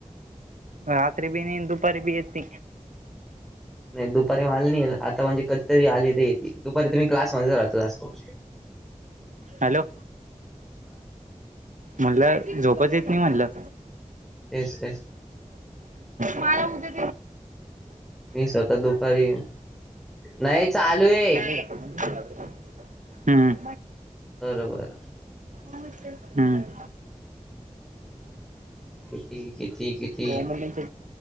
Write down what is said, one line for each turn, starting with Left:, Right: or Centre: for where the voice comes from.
Right: रात्री बी नाही दुपारी बी येत
Centre: नाही दुपारी मली नाही आता म्हणजे कत्तरी आलीच येती दुपारी तुम्ही क्लासमध्येध्येच राहतो जास्तो
Right: हॅलो म्हटलं झोपत येत नाही म्हणलं
Centre: तेच तेच
Right: मला उद्या
Centre: मी स्वतः दुपारी नाही चालू आहे
Right: <unintelligible> हम्म
Centre: बरोबर
Right: हम्
Centre: किती किती किती
Right: हो म्ह